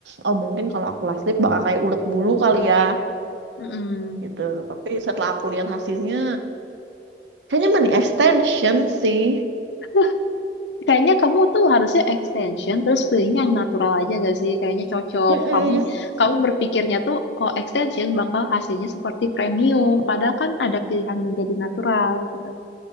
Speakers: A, on the right; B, on the left.
A: oh mungkin kalau aku last leave bakal kayak ulet bulu kali ya
B: Mm-mm.
A: gitu tapi setelah aku lihat hasilnya kayaknya mending extension sih
B: Wah, kayaknya kamu tuh harusnya extension terus pilihnya yang natural aja gak sih? Kayaknya cocok.
A: Mm-mm.
B: Kamu kamu berpikirnya tuh kalau extension bakal hasilnya seperti premium, padahal kan ada pilihan menjadi natural gitu.